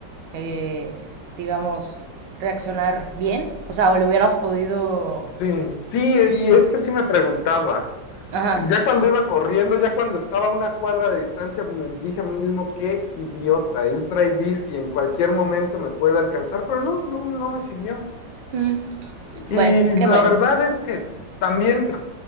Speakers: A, on the right; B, on the left.
A: eh, digamos, reaccionar bien. O sea, o le hubieras podido...
B: Sí, sí, y es que sí me preguntaba.
A: Ajá.
B: Ya cuando iba corriendo, ya cuando estaba a una cuadra de distancia, me dije a mí mismo, qué idiota, él trae bici, en cualquier momento me puede alcanzar, pero no, no, no me siguió.
A: Mm,
B: Y
A: Bueno, qué
B: la
A: bueno.
B: verdad es que también,